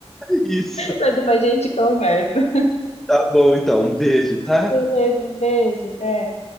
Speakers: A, in the centre; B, on the left.
A: isso.
B: Mas depois a gente conversa.
A: Tá bom, então. Um beijo, tá?
B: Beleza, um beijo, até.